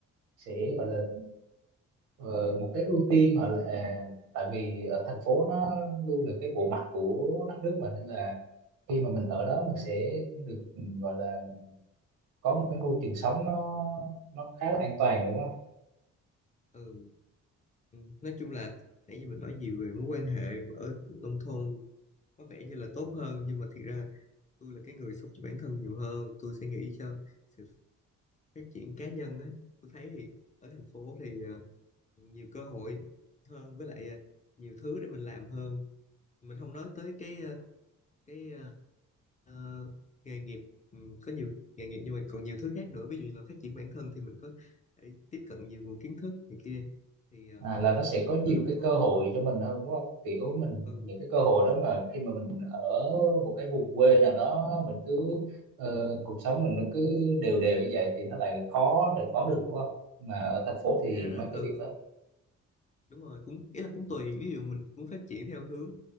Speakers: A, on the right (about 85°); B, on the left (about 25°).
A: sẽ gọi là Ờ, một cái ưu tiên họ là tại vì ở thành phố nó luôn là cái bộ mặt của đất nước mà nên là khi mà mình ở đó mình sẽ được ừ, gọi là mình có một cái môi trường sống nó nó khá là an toàn đúng không
B: Ừ, ừm, nói chung là nãy giờ mình nói gì về mối quan hệ ở nông thôn có vẻ như là tốt hơn nhưng mà thiệt ra tôi là cái người sống cho bản thân nhiều hơn tôi sẽ nghĩ cho sự phát triển cá nhân ấy tôi thấy thì ở thành phố thì ờ, nhiều cơ hội hơn với lại ờ, nhiều thứ để mình làm hơn mình không nói tới cái ờ, cái ờ, ờ, nghề nghiệp ừ, có nhiều nghề nghiệp nhưng mà còn nhiều thứ khác nữa ví dụ như là phát triển bản thân thì mình có thể tiếp cận nhiều nguồn kiến thức này kia thì ờ,
A: à, là nó sẽ có nhiều
B: ở nông
A: cái
B: thôn
A: cơ hội cho mình hơn đúng không kiểu mình
B: ừ
A: những cái cơ hội đó mà khi mà mình ở một cái vùng quê nào đó mình cứ ờ, cuộc sống mình nó cứ đều đều như vậy thì nó lại khó để có được đúng không mà ở thành phố
B: thì
A: thì
B: ra là
A: mấy cái
B: ừ
A: việc đó
B: đúng rồi cũng ý là cũng tùy ví dụ mình muốn phát triển theo hướng